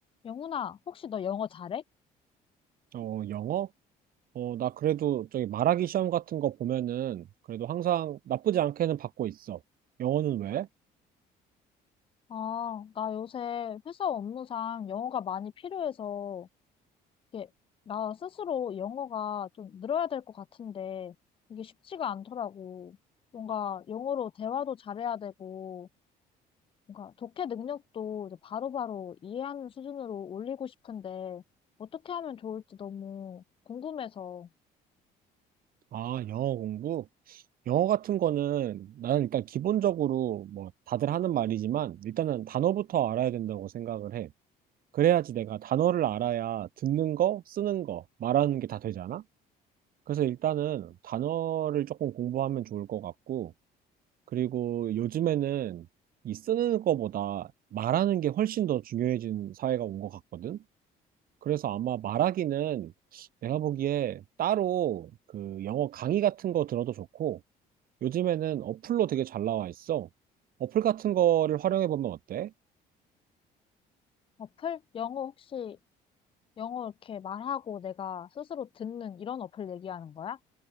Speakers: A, on the left; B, on the right.
A: 영훈아, 혹시 너 영어 잘해?
B: 어, 영어? 어, 나 그래도 저기 말하기 시험 같은 거 보면은 그래도 항상 나쁘지 않게는 받고 있어. 영어는 왜?
A: 아, 나 요새 회사 업무상 영어가 많이 필요해서, 이게, 나 스스로 영어가 좀 늘어야 될 것 같은데, 이게 쉽지가 않더라고. 뭔가 영어로 대화도 잘해야 되고, 뭔가 독해 능력도 이제 바로바로 이해하는 수준으로 올리고 싶은데, 어떻게 하면 좋을지 너무 궁금해서.
B: 아, 영어 공부? 영어 같은 거는 나는 일단 기본적으로 뭐 다들 하는 말이지만 일단은 단어부터 알아야 된다고 생각을 해. 그래야지 내가 단어를 알아야 듣는 거, 쓰는 거, 말하는 게 다 되잖아? 그래서 일단은 단어를 조금 공부하면 좋을 것 같고 그리고 요즘에는 이 쓰는 거보다 말하는 게 훨씬 더 중요해진 사회가 온 것 같거든. 그래서 아마 말하기는 내가 보기에 따로 그 영어 강의 같은 거 들어도 좋고 요즘에는 어플로 되게 잘 나와 있어. 어플 같은 거를 활용해 보면 어때?
A: 어플? 영어 혹시, 영어 이렇게 말하고 내가 스스로 듣는 이런 어플 얘기하는 거야?